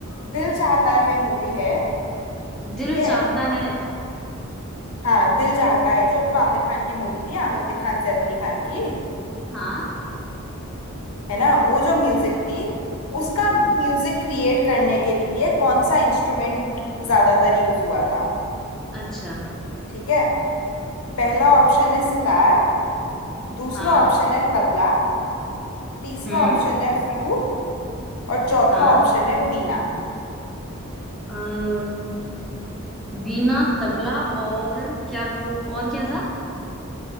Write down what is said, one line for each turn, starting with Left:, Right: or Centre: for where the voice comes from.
Left: दिल चाहता है मूवी है
Centre: दिल
Left: ठीक है
Centre: चाहता है
Left: हाँ दिल चाहता है जो आमिर खान की मूवी थी आमिर खान सैफ अली खान की
Centre: हाँ
Left: है ना वो जो म्यूजिक थी उसका
Centre: हाँ
Left: म्यूजिक क्रिएट करने के लिए कौन सा इंस्ट्रूमेंट ज्यादातर यूज हुआ था
Centre: अच्छा
Left: ठीक है पहला ऑप्शन है सितार दूसरा
Centre: हाँ
Left: ऑप्शन है तबला तीसरा
Centre: हम्म
Left: ऑप्शन है फ्लूट और चौथा
Centre: हाँ
Left: ऑप्शन है वीणा
Centre: अम, वीणा तबला और क्या बोल और क्या था